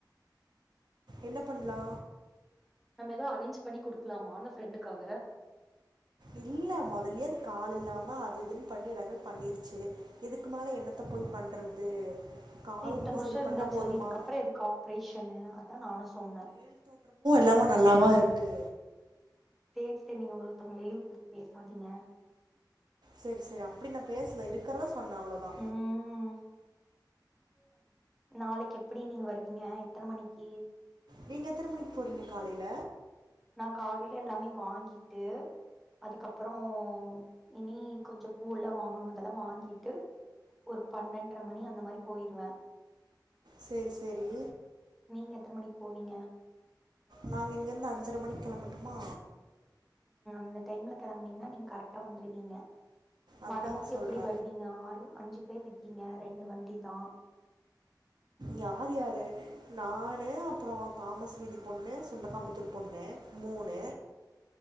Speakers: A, on the right (about 65°); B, in the centre.
A: என்ன பண்லா
B: நம்ம எதொ அரேஞ்ச் பண்ணி குடுக்லாமா அந்த ஃப்ரெண்டுக்காக
A: இல்ல மொதல்யே அது கால் இல்லாம அது இதுன் பண்ணி எல்லாமே பண்ணிர்ச்சு இதுக்கு மேல என்னத்த போய் பண்றது கால
B: தெ இத்தன்
A: மட்டு
B: வர்ஷொ
A: சரி
B: இருந்தாச்சுல
A: பண்ணா போதுமா
B: இதுக்கப்புற எதுக்கு ஆப்ரேஷன்னு அத்தா நானு சொன்னே
A: எல்லாவு நல்லாவா இருக்கு
B: செரி செரி நீங்க ஒருத்தவ்ங்கள இழிவுபடுத் பேசாதீங்க
A: செரி செரி அப்டி நா பேசல இருக்கறோ சொ சொண்ண அவ்ளொதா
B: ம் நாளிக்கெப்பிடி நீங்க வருவீங்க எத்தன மணிக்கு
A: நீங்க எத்தன மணிக் போறீங்க காலீல
B: நா காலைலே எல்லாமே வாங்கிட்டு அதுக்கப்பொறொ இனி கொஞ்சொ ஊர்ல வாங்கணு அதெல்லா வாங்கிட்டு ஒரு பன்னெண்டரை மணி அந்த மாரி போயிருவே
A: சேரி சேரி
B: நீங்க எத்தனை மணிக்கு போவீங்க
A: நாங்க இங்கிருந்து அஞ்சரை மணி கெளம்பட்டுமா
B: இந்த டைம்ல கிளம்பினாங்க நீங்க கரெக்டா வந்துருவீங்க
A: அதா
B: வரம்போது
A: சொல்ற
B: எப்டி வருவீங்க ஆறு அஞ்சு பேர் இருக்கீங்க ரெண்டு வண்டி தா
A: யார் யாரு நானு அப்புறோ தாமஸ்வீதி பொண்ணு சுண்டகாம்புத்தூர் பொண்ணு மூணு